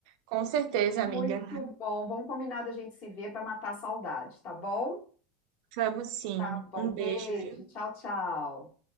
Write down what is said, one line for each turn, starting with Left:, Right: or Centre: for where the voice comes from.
Right: Com certeza,
Left: Muito
Right: amiga.
Left: bom. Vamos combinar da gente se ver para matar a saudade, tá bom?
Right: Vamos sim.
Left: Tá bom.
Right: Um
Left: Beijo.
Right: beijo, viu?
Left: Tchau, tchau.